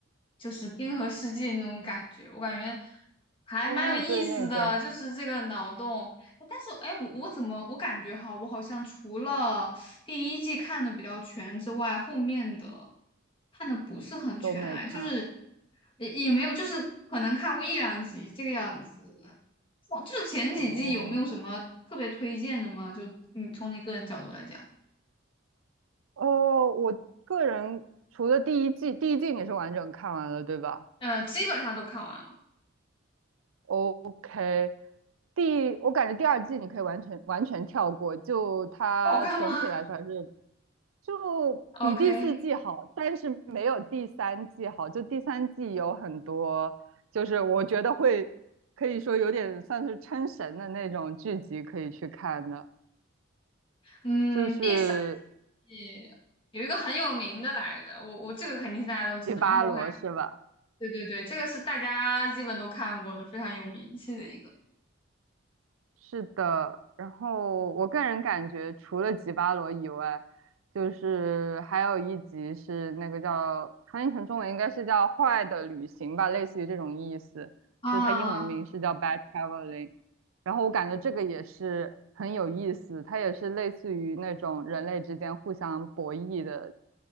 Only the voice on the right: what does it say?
哦，对，那个。
都没看。
哦，
哦，我个人除了第一季，第一季你是完整看完了，对吧
？OK，第，我感觉第二季你可以完全完全跳过，就它总体来说还是
就比第四季好，
但是没有第三季好。就第三季有很多，就是我觉得会可以说有点算是撑神的那种剧集可以去看的，
就是
《吉巴罗》是吧？
是的，然后我个人感觉，除了吉巴罗以外，就是还有一集是那个叫翻译成中文应该是叫《坏的旅行》吧，类似于这种意思，
就它英文名是叫《Bad Traveling》。然后我感觉这个也是很有意思，它也是类似于那种人类之间互相博弈的，